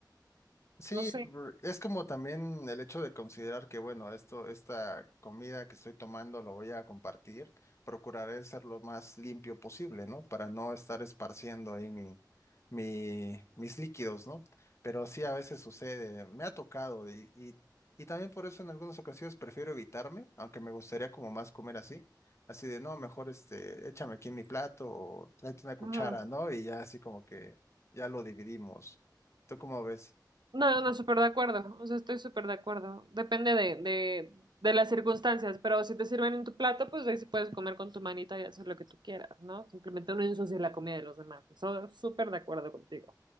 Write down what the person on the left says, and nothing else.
Sí,
por- es como también el hecho de considerar que, bueno, esto, esta comida que estoy tomando lo voy a compartir. Procuraré ser lo más limpio posible, ¿no? Para no estar esparciendo ahí mi, mi, mis líquidos, ¿no? Pero sí, a veces sucede, me ha tocado y, y, y también por eso en algunas ocasiones prefiero evitarme, aunque me gustaría como más comer así. Así de, no, mejor este, échame aquí en mi plato o tráete una cuchara,
¿no? Y ya así como que ya lo dividimos. ¿Tú cómo ves?